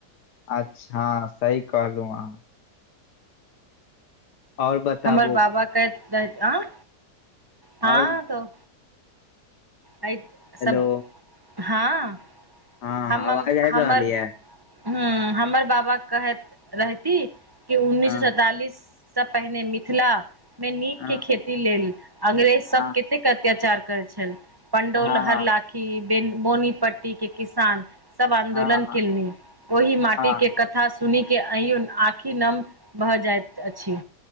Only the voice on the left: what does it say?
अच्छा सही कहलौं अहाँ आओर बताबू
आओर
हेलो
हँ
आवाज आबि
रहल ये
हँ
हँ
हँ
हँ
हँ
हँ